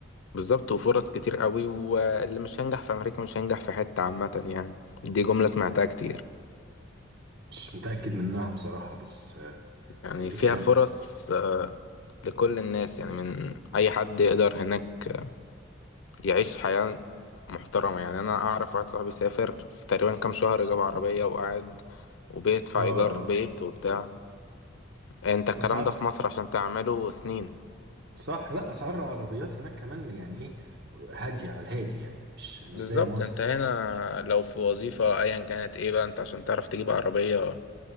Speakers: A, on the left; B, on the right.
A: بالظبط وفرص كتير قوي واللي مش هينجح في أمريكا مش هينجح في حتة عامة يعني دي جملة سمعتها كتير
B: مش متأكد منها بصراحة بس آه،
A: يعني
B: أمريكا
A: فيها
B: جامدة
A: فرص آه، لكل الناس يعني من أي حد يقدر هناك يعيش حياة محترمة يعني أنا أعرف واحد صاحبي سافر في تقريبا كام شهر جاب عربية وقعد وبيدفع
B: اه اه
A: إيجار بيت وبتاع أنت الكلام
B: أسعار
A: ده في مصر عشان تعمله سنين
B: صح لا أسعار العربيات هناك كمان يعني إيه هادية على الهادي يعني مش مش
A: بالظبط
B: زي مصر
A: انت هنا لو في وظيفة ايا كانت ايه بقى انت عشان تعرف تجيب عربية